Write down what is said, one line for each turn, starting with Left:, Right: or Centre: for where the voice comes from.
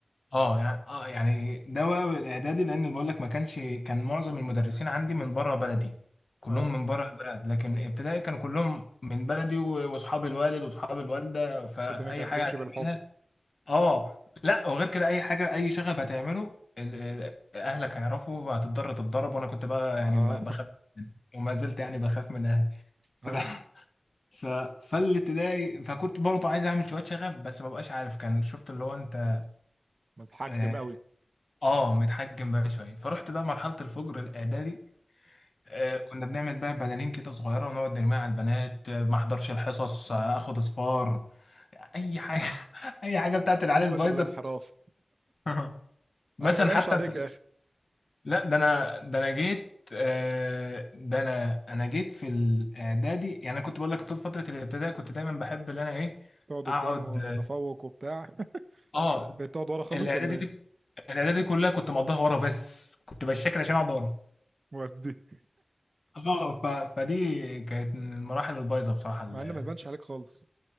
Left: اه يعني اه يعني ده بقى الاعدادي لان بقول لك ما كانش كان معظم المدرسين عندي من بره بلدي كلهم
Right: اه
Left: من بره البلد لكن ابتدائي كانوا كلهم من بلدي و- واصحاب الوالد واصحاب الوالده فاي
Right: الدنيا كانت
Left: حاجه
Right: بتمشي
Left: هتعملها
Right: بالحب
Left: اه لا وغير كده اي حاجه اي شغف هتعمله ال- اهلك هيعرفوا وهتضطر تتضرب وانا كنت بقى
Right: اه
Left: يعني ب- بخاف <laughs> وما زلت يعني بخاف من اهلي
Right: اه
Left: ف... <laughs> ف... فالابتدائي فكنت برضه عايز اعمل شويه شغف بس ما بقاش عارف كان شفت اللي هو انت
Right: متحجم
Left: آه
Right: قوي
Left: اه متحجم بقى شويه فرحت بقى مرحله الفجر الاعدادي آه كنا بنعمل بقى بلالين كده صغيره ونقعد نرميها على البنات آه ما احضرش الحصص آه اخد اصفار اي حاجه <laughs> اي حاجه بتاعت العيال
Right: قمة
Left: البايظه
Right: الانحراف
Left: <laughs> مثلا
Right: انا ما يبانش
Left: حتى
Right: عليك
Left: في...
Right: يا اخي
Left: لا ده انا ده انا جيت آه ده انا انا جيت في الاعدادي يعني انا كنت بقول لك طول فتره الابتدائي كنت دايما بحب ان انا ايه
Right: تقعد
Left: اقعد
Right: قدامه تفوق وبتاع
Left: اه آه،
Right: بقيت تقعد ورا خالص
Left: الاعدادي
Right: ولا ايه؟
Left: دي الاعدادي دي كلها كنت مقضيها ورا بس كنت بشكل عشان اقعد ورا
Right: ودي
Left: اه ف... فدي كانت من المراحل البايظه بصراحه ال-
Right: مع ان ما يبانش عليك خالص